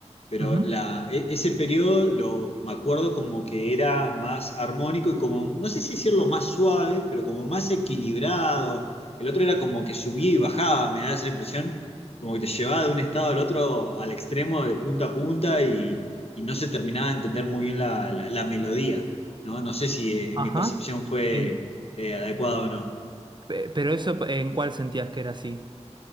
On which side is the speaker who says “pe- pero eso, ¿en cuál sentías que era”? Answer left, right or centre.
Right